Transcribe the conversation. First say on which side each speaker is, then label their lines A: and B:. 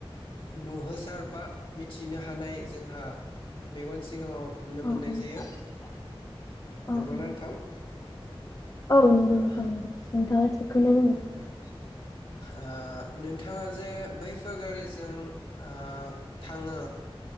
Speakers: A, on the left (about 60°); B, on the left (about 35°).
A: नुहोसार बा मिथिनो हानाय जोंहा मेगन सिगाङाव
B: औ
A: नुनो मोननाय जायो
B: औ नंगौ
A: नंगौना नोंथां
B: नोंथांं नोंथाङा
A: औ
B: बेखौनो बुङो
A: ओ नोंथाङा जे बैफोर गारिजों ओ थाङो